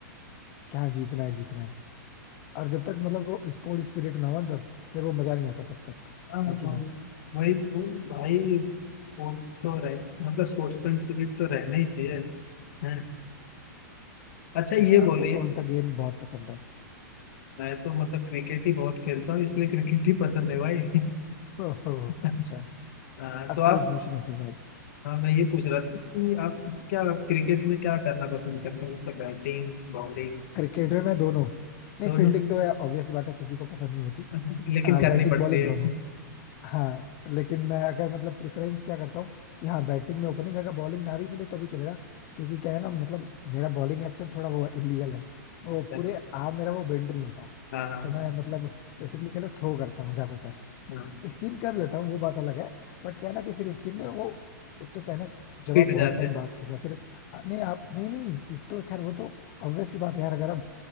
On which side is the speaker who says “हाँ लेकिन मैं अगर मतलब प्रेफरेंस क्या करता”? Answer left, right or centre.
Left